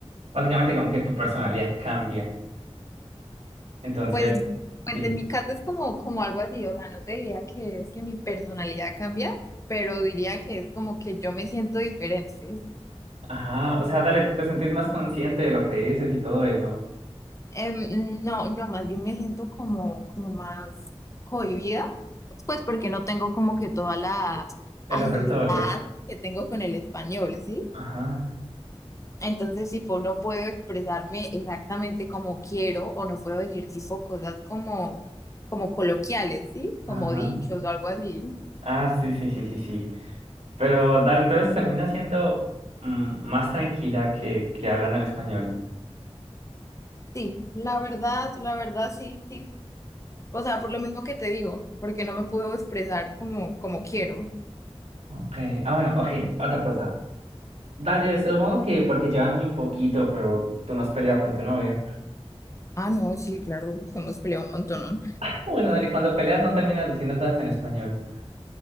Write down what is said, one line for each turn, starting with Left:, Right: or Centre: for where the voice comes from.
Right: básicamente como que tu personalidad cambia. Entonces,
Left: Pues, pues
Right: sí.
Left: en mi caso es como, como algo así, o sea, no te diría que es que mi personalidad cambia, pero diría que es como que yo me siento diferente.
Right: Ajá, o sea, dale, te sentís más consciente de lo que dices y todo eso.
Left: Em, no, no, más bien me siento como, como más cohibida, pues porque no tengo como que toda la
Right: El
Left: agilidad
Right: repertorio.
Left: que tengo con el español, ¿sí?
Right: Ajá,
Left: Entonces, tipo, no puedo expresarme exactamente como quiero o no puedo decir tipo cosas como, como coloquiales, ¿sí?
Right: ajá.
Left: Como dichos o algo así.
Right: Ah, sí, sí, sí, sí, sí. Pero dale, entonces termina siendo mm, más tranquila que, que hablando en español.
Left: Sí, la verdad, la verdad, sí, sí. O sea, por lo mismo que te digo, porque no me puedo expresar como, como quiero.
Right: Ok, ah, bueno, ok, otra cosa. Dale, supongo que porque llevan muy poquito, pero tú no has peleado con tu novio.
Left: Ah, no, sí, claro, uf, hemos peleado un montón.
Right: Ah, Bueno, dale, cuando peleas no terminas diciendo cosas en español.